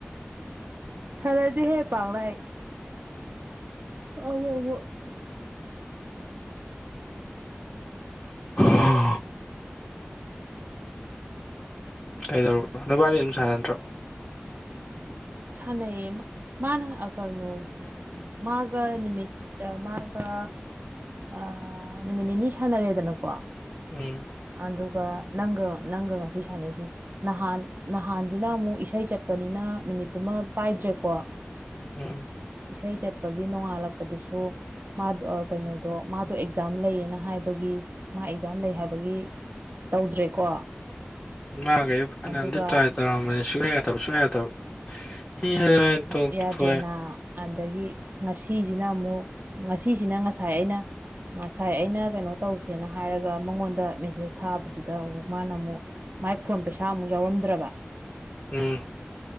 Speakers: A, on the right; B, on the left.
A: ꯁꯥꯟꯅꯗꯦꯍꯦ ꯄꯥꯛꯅ ꯑꯩ ꯑꯃꯨꯛ ꯑꯃꯨꯛ
B: <unintelligible> ꯀꯩꯗꯧꯔꯕ ꯅꯕꯥꯅꯤ ꯑꯗꯨꯝ ꯁꯥꯟꯅꯇ꯭ꯔꯣ
A: ꯁꯥꯅꯩꯌꯦ ꯃꯥꯅ ꯑ ꯀꯅꯣ ꯃꯥꯒ ꯃꯤꯠꯇ ꯃꯥꯒ ꯑ ꯅꯨꯃꯤꯠ ꯅꯤꯅꯤ ꯁꯥꯟꯅꯔꯦꯗꯅꯀꯣ
B: ꯎꯝ
A: ꯑꯗꯨꯒ ꯅꯪꯒ ꯅꯪꯒ ꯉꯁꯤ ꯁꯥꯟꯅꯩꯁꯤꯅꯤ ꯅꯍꯥꯟ ꯅꯍꯥꯟꯖꯤꯅ ꯑꯃꯨꯛ ꯏꯁꯩ ꯆꯠꯄꯅꯤꯅ ꯅꯨꯃꯤꯠꯇꯨꯃ ꯄꯥꯏꯗ꯭ꯔꯦꯀꯣ
B: ꯎꯝ
A: ꯏꯁꯩ ꯆꯠꯄꯒꯤ ꯅꯣꯡꯉꯥꯜꯂꯛꯄꯗꯨꯁꯨ ꯃꯥꯗꯣ ꯀꯩꯅꯣꯗꯣ ꯃꯥꯗꯣ ꯑꯦꯛꯖꯥꯝ ꯂꯩꯌꯦꯅ ꯍꯥꯏꯕ ꯑꯗꯨꯒꯤ ꯃꯥ ꯑꯦꯛꯖꯥꯝ ꯂꯩ ꯍꯥꯏꯕꯒꯤ ꯇꯧꯗ꯭ꯔꯦꯀꯣ
B: ꯏꯃꯥꯈꯩ ꯐꯅꯗꯤ
A: ꯑꯗꯨꯒ
B: ꯇ꯭ꯔꯥꯏ ꯇꯧꯔꯝꯕꯅꯤ ꯁꯨꯡꯌꯥ ꯌꯥꯗꯕ ꯁꯨꯡꯌꯥ ꯌꯥꯗꯕ ꯍ ꯍ ꯇꯣ
A: ꯌꯥꯗ꯭ꯔꯦꯅ
B: ꯊꯑꯦ
A: ꯑꯗꯒꯤ ꯉꯁꯤꯁꯤꯅ ꯑꯃꯨꯛ ꯉꯁꯤꯁꯤꯅ ꯉꯁꯥꯏ ꯑꯩꯅ ꯉꯁꯥꯏ ꯑꯩꯅ ꯀꯩꯅꯣ ꯇꯧꯁꯦꯅ ꯍꯥꯏꯔꯒ ꯃꯉꯣꯟꯗ ꯃꯦꯁꯦꯁ ꯊꯥꯕꯗꯨꯗ ꯑꯃꯨꯛ ꯃꯥꯅ ꯑꯃꯨꯛ ꯃꯥꯏ ꯐꯣꯟ ꯄꯩꯁꯥ ꯑꯃꯨꯛ ꯌꯥꯎꯔꯝꯗ꯭ꯔꯕ
B: ꯎꯝ